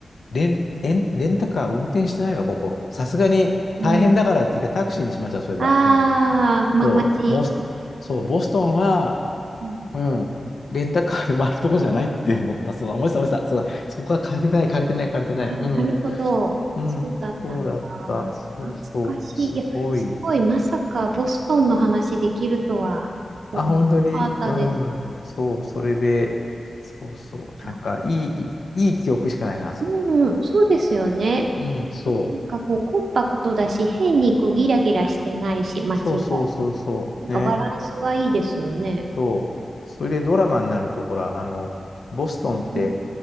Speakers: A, on the left; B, on the right.
A: レン、レン、レンタカー運転してないわ、ここ。さすがに大変だからって言ってタクシーにしました、
B: うん、
A: そういえば。
B: あ
A: うん。
B: あ、まあ街。
A: そう、ボス、そう、ボストンは、
B: うん
A: うん、レンタカーで回るとこじゃないって思った。そうだ、思い出した、思い出した。そうだ、そこは借りてない、借りてない、借りてない。
B: <laughs> あなるほど。
A: うん、うん、
B: そうだったのかな。
A: そうだった。そうそう、
B: 懐かしい。
A: すごい。
B: いや、すごい、まさかボストンの話できるとは思わなかったです。
A: あ、本当にうん。そう、それで、そうそう。
B: いや、
A: なんか、いい、いいいい記憶しかないな、あそこは。
B: うん、そうですよね。
A: うん、そう。
B: なんかこう、コンパクトだし、変にこうギラギラしてないし、街も。
A: そうそうそうそう。
B: なんかバランスがいいですよね。
A: ね。そう。それでドラマになると、ほら、あの、ボストンって、
B: うん。